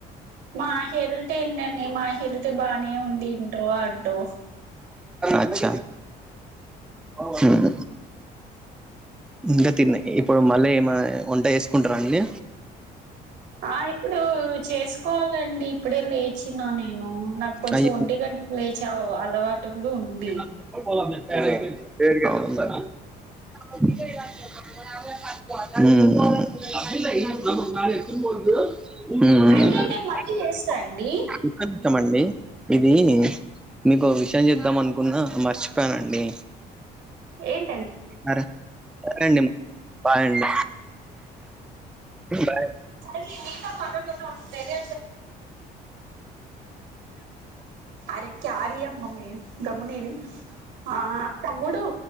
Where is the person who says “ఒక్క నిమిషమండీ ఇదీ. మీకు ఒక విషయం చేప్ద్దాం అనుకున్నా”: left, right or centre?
Centre